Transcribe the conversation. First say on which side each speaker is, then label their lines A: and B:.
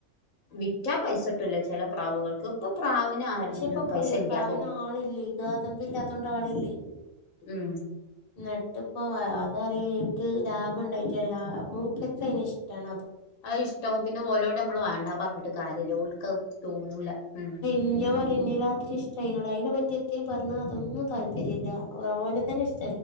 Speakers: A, on the left (about 75°); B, on the left (about 50°).
A: വിറ്റാ പൈസ കിട്ടില്ല ചില പ്രാവുകൾക്ക് ഇപ്പൊ പ്രാവിന് ആരു
B: പക്ഷെ ഇപ്പൊ
A: പൈസ
B: പ്രി
A: ഇല്ലാതോന്നു
B: പ്രാവിന് ആളില്ലേ ഗോതമ്പ ഇല്ലാത്തൊണ്ട ആളില്ലേ
A: ഉം
B: നട്ട് ഇപ്പോ അതറിയ എനിക്ക് ലാഭം ഉണ്ടായിട്ടില്ല ലാ മൂക്കസ അന് ഇഷ്ടണ
A: അത ഇഷ്ട പിന്നെ ഓലോടെ നമ്മള് വേണ്ടാ പറഞ്ഞിട്ട് കാര്യമല്ല ഓക്ക തോന്നൂല ഉം
B: ഞ്ഞ പറുന്നില്ലാത്രി ഇഷ്ട അതിനോട് അതിനെ പറ്റി എത്തിയും പറഞ്ഞാ അതൊന്നും താല്പര്യമല്ല ഒലെ തന്നെ ഇഷ്ട്ടല്ല.